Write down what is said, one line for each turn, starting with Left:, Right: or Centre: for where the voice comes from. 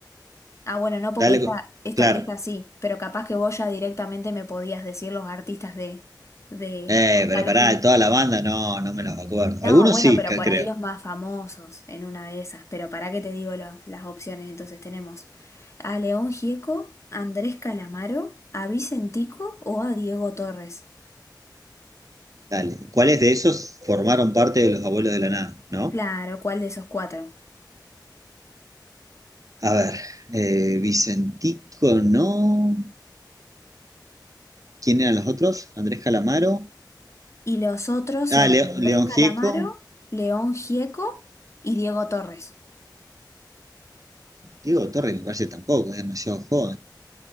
Left: Ah, bueno, no, porque
Right: Dale,
Left: esta,
Right: co-
Left: esta,
Right: claro.
Left: esta sí, pero capaz que vos ya directamente me podías decir los artistas de, de
Right: Eh,
Left: Gonzalo
Right: pero pará,
Left: Gil.
Right: de toda la banda no, no me los acuerdo.
Left: No,
Right: Algunos
Left: bueno,
Right: sí,
Left: pero
Right: ca-
Left: por
Right: creo.
Left: ahí los más famosos en una de esas, pero para qué te digo los- las opciones, entonces tenemos a León Gieco, a Andrés Calamaro, a Vicentico o a Diego Torres.
Right: Dale. ¿Cuáles de esos formaron parte de los abuelos de la nada, no?
Left: Claro, ¿cuál de esos cuatro?
Right: A ver, eh, Vicentico, no. ¿Quién eran los otros? Andrés Calamaro.
Left: Y los otros
Right: Ah,
Left: eran
Right: Leo-
Left: Andrés
Right: León
Left: Calamaro,
Right: Gieco.
Left: León Gieco y Diego Torres.
Right: Diego Torres me parece tampoco, es demasiado joven.